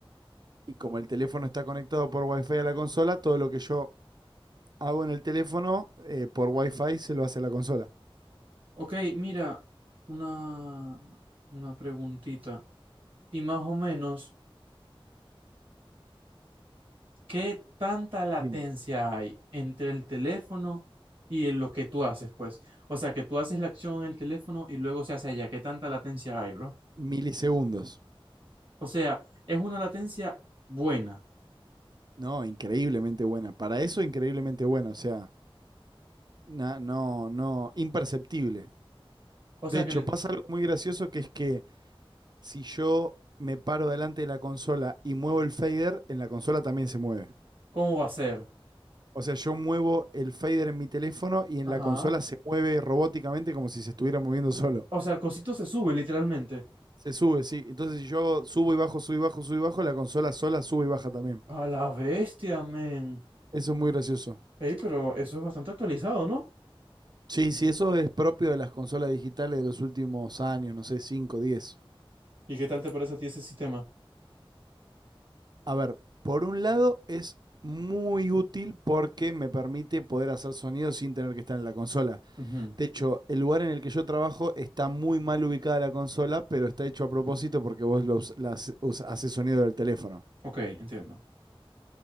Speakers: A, on the right; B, on the right.
A: Y como el teléfono está conectado por Wi-Fi a la consola, todo lo que yo hago en el teléfono eh, por Wi-Fi se lo hace a la consola.
B: Ok, mira, una, una preguntita. Y más o menos, ¿qué tanta latencia
A: Dime,
B: hay entre el teléfono y en lo que tú haces, pues? O sea, que tú haces la acción en el teléfono y luego se hace allá. ¿Qué tanta latencia hay, bro?
A: milisegundos.
B: O sea, es una latencia buena.
A: No, increíblemente buena. Para eso, increíblemente buena. O sea, na- no, no, imperceptible.
B: O
A: De
B: sea,
A: hecho,
B: que le-
A: pasa algo muy gracioso que es que si yo me paro delante de la consola y muevo el fader, en la consola también se mueve.
B: ¿cómo va a ser?
A: O sea, yo muevo el fader en mi teléfono y en
B: Ajá.
A: la consola se mueve robóticamente como si se estuviera moviendo solo.
B: O sea, el cosito se sube literalmente.
A: Se sube, sí. Entonces, si yo hago- subo y bajo, subo y bajo, subo y bajo, la consola sola sube y baja también.
B: A la bestia, men.
A: Eso es muy gracioso.
B: Ey, pero eso es bastante actualizado, ¿no?
A: Sí, sí, eso es propio de las consolas digitales de los últimos años, no sé, cinco, diez.
B: ¿Y qué tal te parece a ti ese sistema?
A: A ver, por un lado es muy útil porque me permite poder hacer sonido sin tener que estar en la consola.
B: Ujú,
A: De hecho, el lugar en el que yo trabajo está muy mal ubicada la consola, pero está hecho a propósito porque vos lo us- la hace- us- haces sonido del teléfono.
B: Ok, entiendo.